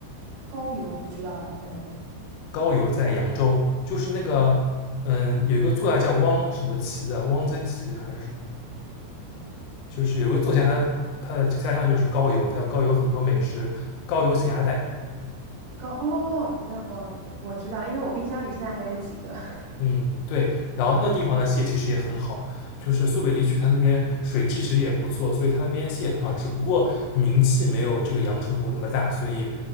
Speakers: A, on the right (about 75°); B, on the left (about 85°).
A: 高邮不知道哎，在哪里？
B: 高邮在扬州，就是那个嗯，
A: 哦
B: 有一个作家叫汪什么琪的，汪曾祺还是什么，就是有一个作家他他的家乡就是高邮，他有高邮很多美食，高邮咸鸭蛋，
A: 高哦，那哦，我知道，因为我冰箱里现在还有几个。<laughs>
B: 嗯，对，然后那地方的蟹其实也很好，就是苏北地区它那边水质其实也不错，所以它那边蟹也很好，只不过名气没有这个阳澄湖那么大，所以